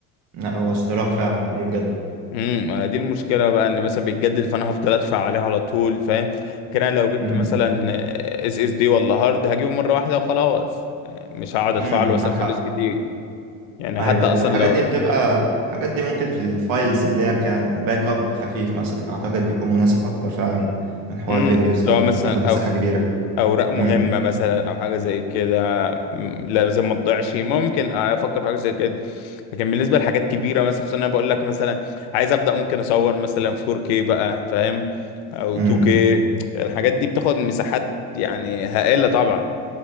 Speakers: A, on the right (about 75°); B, on the left (about 80°).
A: لا هو اشتراك فعلا بجد
B: امم دي المشكله بقى ان مثلا بيتجدد فانا هفضل ادفع عليه على طول فاهم كده لو جبت
A: امم
B: مثلا اس اس دي ولا هارد هجيبه مره واحده وخلاص مش هقعد ادفع
A: امم
B: له مثلا
A: معاك
B: فلوس
A: حق
B: كتير يعني
A: ايوه
B: حتى اصلا
A: هي الحاجات
B: لو
A: دي بتبقى الحاجات دي ممكن في الفايلز اللي هي كان باك اب خفيف مثلا اعتقد يكون مناسب اكتر فعلا من حوار
B: امم
A: فيديوز
B: لو
A: او
B: مثلا
A: تاخد مساحة
B: او
A: كبيرة
B: اوراق مهمه
A: امم
B: مثلا او حاجه زي كده م- لازم ما تضيعش ممكن افكر في حاجه زي كده لكن بالنسبه لحاجات كبيره مثلا خصوصا انا بقول لك مثلا عايز ابدا ممكن اصور مثلا 4K بقى فاهم او
A: امم
B: 2K
A: امم
B: الحاجات دي بتاخد مساحات يعني هائله طبعا